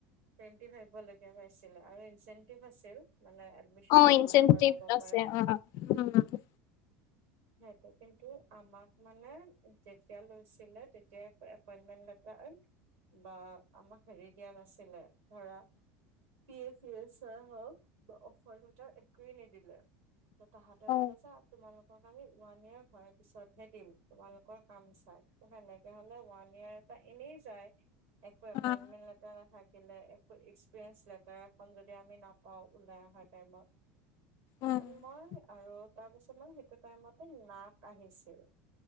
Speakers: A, on the right (about 80°); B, on the left (about 60°).
A: টুৱেন্টি ফাইভলেকে পাইছিলে আৰু ইনচেন্টিভ আছিল, মানে এডমিশন
B: অ
A: যিমান
B: ইনচেনটিভ
A: কৰাব
B: আছে
A: পাৰে।
B: অ উম।
A: সেইটো কিন্তু আমাক মানে যেতিয়া লৈছিলে, তেতিয়াই এপ-এপইন্টমেন্ট লেটাৰ। বা আমাক হেৰি দিয়া নাছিলে, ধৰা P F E S I হওক বা অফাৰ লেটাৰ একোৱেই নিদিলে। ত' তাহাঁতে
B: অ
A: ক'লে যে আপোনালোক তোমাক আমি ওৱান ইয়েৰ হোৱাৰ পিছতহে দিম তোমালোকৰ কাম চাই, ত' সেনেকে হ'লে, ওৱান ইয়েৰ পা এনেই যায়, একো এপইনমেন্ট
B: অ
A: লেটাৰ নাথাক দিলে একো এক্সপিৰিয়েঞ্চ লেটাৰ এখন যদি আমি নাপাও ওলাই অহাৰ টাইমত। ইমান
B: উম
A: মান আৰু তাৰপিছত মানে সেইটো টাইমতে নাক আহিছিল,